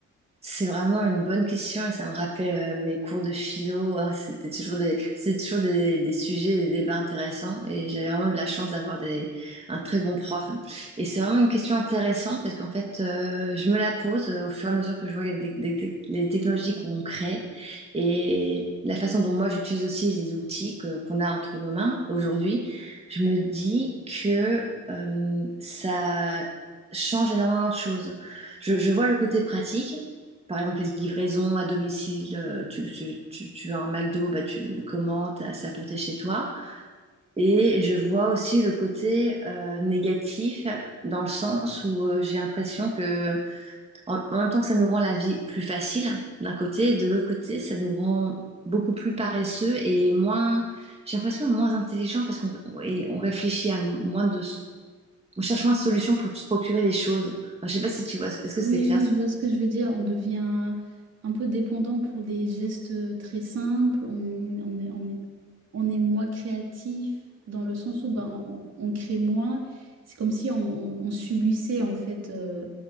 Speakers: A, on the right (about 20°); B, on the right (about 55°).
A: c'est vraiment une bonne question et ça me rappelle euh, mes cours de philo. Ah, C'était toujours des, c'est toujours des, des sujets et des débats intéressants et j'avais vraiment eu la chance d'avoir des, un très bon prof. Et c'est vraiment une question intéressante parce qu'en fait, euh, je me la pose euh, au fur et à mesure que je vois les, les- les- les technologies qu'on crée et la façon dont moi j'utilise aussi les outils que- qu'on a entre nos mains aujourd'hui. Je me dis que euh, ça change énormément de choses. je je vois le côté pratique par exemple, les livraisons à domicile, euh, tu, tu, tu, tu veux un McDo, bah, tu commandes, t'as- c'est apporté chez toi. Et je vois aussi le côté euh, négatif dans le sens où euh, j'ai l'impression que, en, en même temps que ça nous rend la vie plus facile d'un côté, de l'autre côté, ça nous rend beaucoup plus paresseux et moins, j'ai l'impression, moins intelligent parce qu'on et on réfléchit à moins de, on cherche moins de solutions pour se procurer les choses. Enfin, je sais pas si tu vois, est-ce que
B: Oui,
A: c'est clair?
B: oui, je vois ce que je veux dire. On devient un peu dépendant pour des gestes euh, très simples. On, on est, on est, on est moins créatif dans le sens où ben, on, on- on crée moins. C'est comme si on, on- on subissait en fait euh,